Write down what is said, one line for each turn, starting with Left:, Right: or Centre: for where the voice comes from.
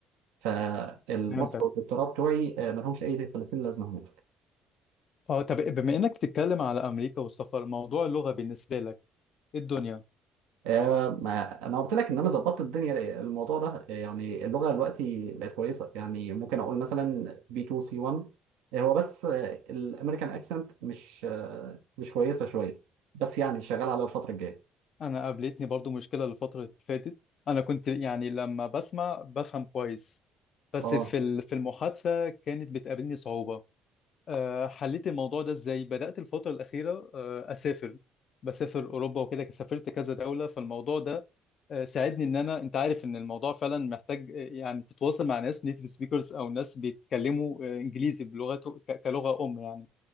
Right: فالماستر
Left: فهمتك
Right: والدكتوراه بتوعي آه، ملهمش اي 30 لازمه هناك
Left: اه طب بما إنك بتتكلم على أمريكا والسفر موضوع اللغة بالنسبة لك إيه الدنيا
Right: آه، ما انا قلت لك ان انا ظبطت الدنيا الموضوع ده آه، يعني اللغه دلوقتي بقت كويسه يعني ممكن اقول مثلا بي 2 سي 1 هو بس الامريكان اكسنت مش آه، مش كويسه شويه بس يعني شغال على الفتره الجايه
Left: انا قابلتني برضو مشكله الفتره اللي فاتت انا كنت يعني لما بسمع بفهم كويس بس
Right: اه
Left: في ال- في المحادثه كانت بتقابلني صعوبه أه حليت الموضوع ده ازاي بدات الفتره الاخيره أه اسافر بسافر اوروبا وكده سافرت كذا دوله فالموضوع ده أه ساعدني ان انا انت عارف ان الموضوع فعلا محتاج آه، يعني تتواصل مع ناس نيتيف سبيكرز او ناس بيتكلموا آه، انجليزي بلغته ك- كلغه ام يعني